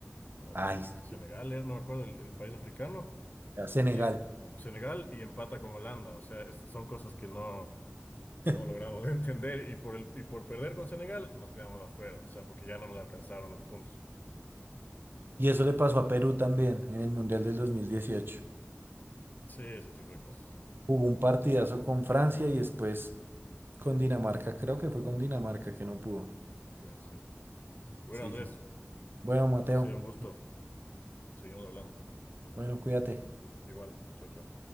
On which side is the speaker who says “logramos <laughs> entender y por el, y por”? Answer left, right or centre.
Left